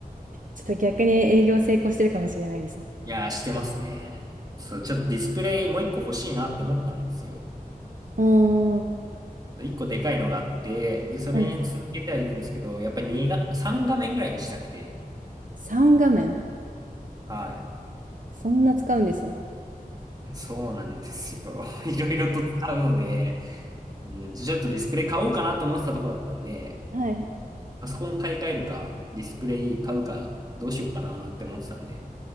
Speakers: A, on the right (about 60°); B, on the right (about 25°).
A: ちょっと逆に営業成功してるかもしれないですね。
B: いやー、してますね。そう、ちょっとディスプレイもう一個欲しいなって思ったんですよ。
A: うーん。
B: 一個でかいのがあって、で、それにつなげてはいるんですけど、
A: はい。
B: やっぱ2が、3画面ぐらいにしたくて、
A: 3画面。
B: はい。
A: そんな使うんですね。
B: そうなんですよ。<laughs> いろいろと使うので、うん、ちょっとディスプレイ買おうかなと思ってたとこだったんで、
A: <laughs> はい。
B: パソコン買い替えるか、ディスプレイ買うか、どうしようかなって思ってたんで、